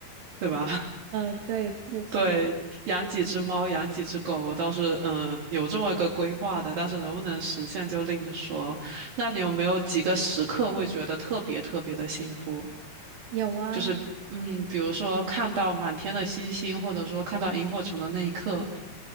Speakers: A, on the right; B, on the right.
A: 对吧？
B: 呃，对，确实
A: 对，养几只猫，养几只狗，我倒是嗯有这么一个规划的，但是能不能实现就另说。那你有没有几个时刻会觉得特别特别的幸福？
B: 有啊，
A: 就是嗯，比如说看到满天的星星，或者说看到萤火虫的那一刻，